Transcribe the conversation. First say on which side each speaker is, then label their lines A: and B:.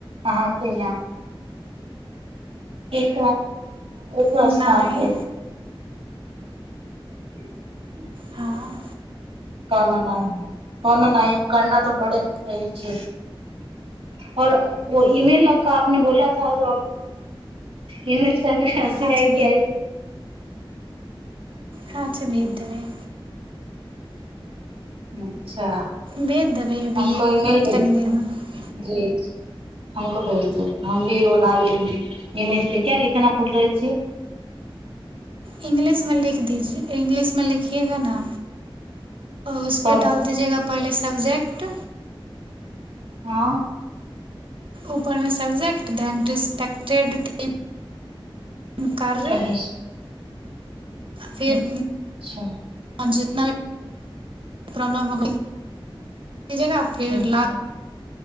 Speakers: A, on the right (about 85°); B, on the right (about 65°).
A: अहाँके यहाँ एक प्रस्थान
B: ना नहि
A: पे <unintelligible>
B: हँ
A: कहना न कहनो न करना तऽ पड़े छैओर ओ ईमेलपने बोलाेल खस आइ
B: अच्छा
A: क आइ
B: हँ अच्छा भेज दबैय
A: हुँ अच्छा
B: भेज देबै अभिये
A: हमको ईमेल भे
B: तनी देरमे
A: भेजी हमको भेज दो हम भी ओडालेंगे इमे क्या लिखना पढ़ रहले छियै
B: इंग्लिशमें लिख दी इंग्लिशमे लिखिएगा न उसपे
A: तब
B: डाल दीजएगा पहिलेसँ सबबजक्ट
A: हँ
B: ऊपरमे सब्जेक्ट दैन रिस्पेक्टेड थ उकारकारे
A: प्रवेश
B: फेर
A: अच्छा
B: आ जितना भी प्रॉब्लम हो गेल जगह फेर
A: ठीक
B: लाल
A: छै